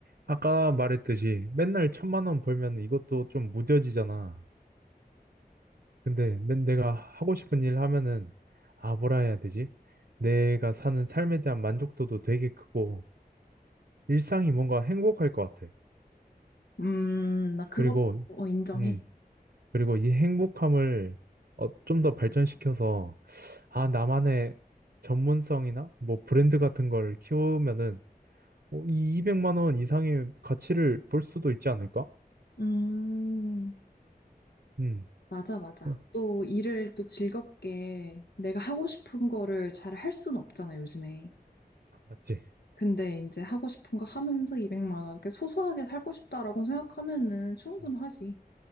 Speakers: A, on the right (about 65°); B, on the left (about 80°).
A: 아까 말했듯이 맨날 천만 원 벌면 이것도 좀 무뎌지잖아. 근데 맨 내가 하고 싶은 일 하면은 아 뭐라 해야 되지? 내가 사는 삶에 대한 만족도도 되게 크고 일상이 뭔가 행복할 것 같아.
B: 음, 나 그것도
A: 그리고
B: 어, 인정해.
A: 음 그리고 이 행복함을 어, 좀더 발전시켜서 아 나만의 전문성이나 뭐 브랜드 같은 걸 키우면은 뭐이 200만 원 이상의 가치를 볼 수도 있지 않을까?
B: 음.
A: 음
B: 맞아, 맞아.
A: 어,
B: 또 일을 또 즐겁게 내가 하고 싶은 거를 잘 할 수는 없잖아, 요즘에.
A: 맞지?
B: 근데 이제 하고 싶은 거 하면서 200만 원, 이렇게 소소하게 살고 싶다라고 생각하면은 충분하지.
A: 음.